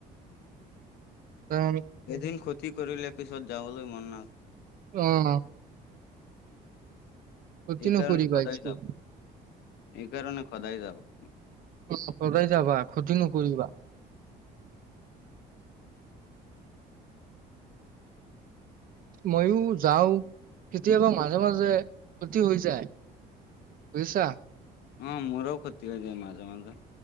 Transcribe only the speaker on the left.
এদিন ক্ষতি কৰিলে পিছত যাবলৈ মনা
এইকাৰণে
সদায়
যাওঁ, এই কাৰণে সদায় যাওঁ।
অ', মোৰও ক্ষতি হৈ যায় মাজে, মাজে।